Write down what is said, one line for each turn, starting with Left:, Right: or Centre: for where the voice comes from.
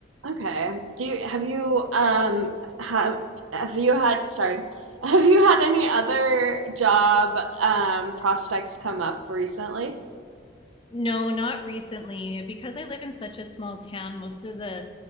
Right: Okay. Do you, have you um have have you had sorry <laughs> have you had any other job um prospects come up recently?
Left: No, not recently. Because I live in such a small town, most of the